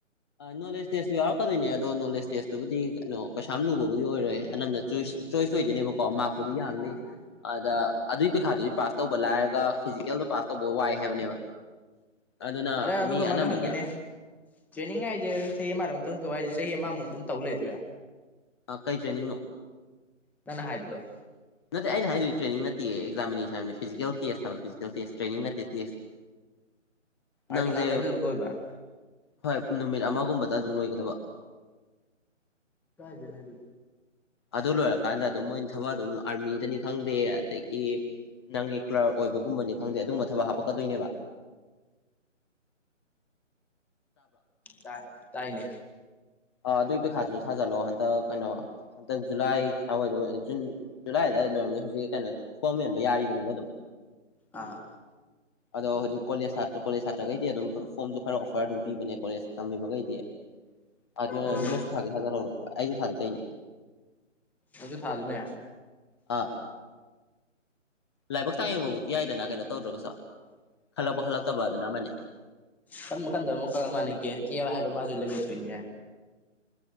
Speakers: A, on the left (about 20°); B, in the centre.
A: ꯅꯣꯂꯦꯖ ꯇꯦꯁꯇꯨ ꯌꯥꯎꯔꯛꯀꯗꯣꯏꯅꯦ ꯑꯗꯣ ꯅꯣꯂꯦꯖ ꯇꯦꯁꯇꯨꯕꯨꯗꯤ ꯀꯩꯅꯣ ꯀꯩꯁꯥꯝ ꯂꯨꯕꯕꯨꯗꯤ ꯑꯣꯏꯔꯣꯏ ꯑꯅꯝꯅ ꯆꯣꯏꯁ ꯆꯣꯏꯁ ꯑꯣꯏꯗꯣꯏꯅꯦꯕꯀꯣ ꯃꯥꯛꯄꯨꯗꯤ ꯌꯥꯝꯅꯤ ꯑꯗ ꯑꯗꯨꯒꯤ ꯄꯩꯈꯥꯗꯨꯗꯤ ꯄꯥꯁ ꯇꯧꯕ ꯂꯥꯏꯔꯒ ꯐꯤꯖꯤꯀꯦꯜꯗ ꯄꯥꯁ ꯇꯧꯕ ꯋꯥꯏ ꯍꯥꯏꯕꯅꯦꯕ ꯑꯗꯨꯅ
B: ꯑꯗꯥ ꯑꯗꯨ
A: ꯃꯤ
B: ꯀꯃꯥꯏꯒ
A: ꯑꯅꯝꯕꯅ
B: ꯍꯪꯒꯦꯅꯦ ꯇ꯭ꯔꯦꯅꯤꯡ ꯍꯥꯏꯁꯦ ꯆꯍꯤ ꯑꯃꯗꯝꯇꯪ ꯇꯧꯕ ꯍꯥꯏꯁꯦ ꯆꯍꯤ ꯑꯃꯃꯨꯛ ꯑꯗꯨꯝ ꯇꯧ ꯂꯩꯗꯣꯏꯔꯥ
A: ꯀꯩ ꯇ꯭ꯔꯦꯅꯤꯡꯅꯣ
B: ꯅꯪꯅ ꯍꯥꯏꯕꯗꯣ
A: ꯅꯠꯇꯦ ꯑꯩꯅ ꯍꯥꯏꯗꯣꯏꯗꯤ ꯇ꯭ꯔꯦꯅꯤꯡ ꯅꯠꯇꯤꯌꯦ ꯑꯦꯛꯖꯥꯃꯤꯅꯦꯁꯟ ꯐꯤꯖꯤꯀꯦꯜ ꯇꯦꯁ ꯍꯥꯏꯕ ꯐꯤꯖꯤꯀꯦꯜ ꯇꯦꯁ ꯇ꯭ꯔꯦꯅꯤꯡ ꯅꯠꯇꯦ ꯇꯦꯁ
B: <unintelligible>
A: ꯅꯪꯁꯦ
B: ꯉꯥꯛꯇꯟꯗ ꯑꯗꯨꯝ ꯂꯣꯏꯕ
A: ꯍꯣꯏ ꯅꯨꯃꯤꯠ ꯑꯃꯒꯨꯝꯕꯗ ꯑꯗꯨꯝ ꯂꯣꯏꯒꯗꯕ
B: ꯀꯥꯏꯗꯦꯅꯦ ꯑꯗꯨ
A: ꯑꯗꯨ ꯂꯣꯏꯔꯀꯥꯟꯗ ꯑꯗꯨꯝ ꯃꯣꯏꯅ ꯊꯕꯛ ꯑꯗꯨꯝ ꯑꯥꯔꯃꯤꯗꯅꯤ ꯈꯪꯗꯦ ꯑꯗꯒꯤ ꯅꯪꯒꯤ ꯀ꯭ꯂꯥꯔꯛ ꯑꯣꯏꯕꯒꯨꯝꯕꯅꯤ ꯈꯪꯗꯦ ꯑꯗꯨꯒꯨꯝꯕ ꯊꯕꯛ ꯍꯥꯞꯄꯛꯀꯗꯨꯏꯅꯦꯕ
B: ꯇ ꯇꯥꯏꯅꯦ
A: ꯑ ꯑꯗꯨꯏ ꯄꯩꯈꯥꯗꯨꯖꯨ ꯊꯥꯖꯜꯂꯣ ꯍꯟꯗꯛ ꯀꯩꯅꯣ ꯍꯟꯗꯛ ꯖꯨꯂꯥꯏ ꯁꯋꯥꯏꯗ ꯑꯣꯏ ꯖꯨꯟ ꯖꯨꯂꯥꯏ ꯑꯗꯥꯏꯗ ꯂꯣꯏꯔꯝꯃꯅꯤ ꯍꯨꯖꯤꯛ ꯀꯩꯅꯣ ꯐꯣꯝ ꯃꯦꯟꯕ ꯌꯥꯔꯤꯕꯅꯦꯕ ꯑꯗꯨꯝ
B: ꯑꯥ
A: ꯑꯗꯣ ꯍꯨꯖꯤꯛ ꯀꯣꯂꯦꯖ ꯁꯇ꯭ꯔꯥ ꯀꯣꯂꯦꯖ ꯁꯥꯇ꯭ꯔꯒꯩꯗꯤ ꯑꯗꯨꯝ ꯐꯣꯝꯖꯨ ꯈꯔ ꯄꯔ ꯑꯗꯨꯝ ꯄꯤꯕꯅꯦ ꯀꯣꯂꯦꯖ ꯇꯝꯃꯤꯕꯒꯩꯗꯤ ꯑꯗꯨꯅ
B: ꯎꯝ
A: ꯅꯣꯏ ꯊꯥꯒꯦ ꯊꯥꯖꯜ ꯍꯧꯔꯣ ꯑꯩꯖꯨ ꯊꯥꯖꯦ ꯇꯩꯅꯦ
B: ꯑꯖꯨ ꯊꯥꯗꯨꯅꯦ
A: ꯑ ꯂꯥꯏꯕꯛ ꯆꯥꯡ ꯌꯦꯡꯕꯕꯨꯛꯇꯤ ꯌꯥꯏꯗꯅ ꯀꯩꯅꯣ ꯇꯧꯗ꯭ꯔꯒꯁꯨ ꯈꯜꯂꯛꯄ ꯈꯜꯂꯛꯇꯕ ꯑꯗꯨꯅ ꯑꯃꯥꯅꯦ
B: ꯈꯟꯕ ꯈꯟꯗꯕ ꯃ ꯃꯈꯜ ꯑꯃꯅꯦ ꯒꯟꯇꯤ ꯍꯥꯏꯕ ꯃꯥꯖꯣ ꯂꯩꯕꯝ ꯊꯣꯛꯏꯅꯦ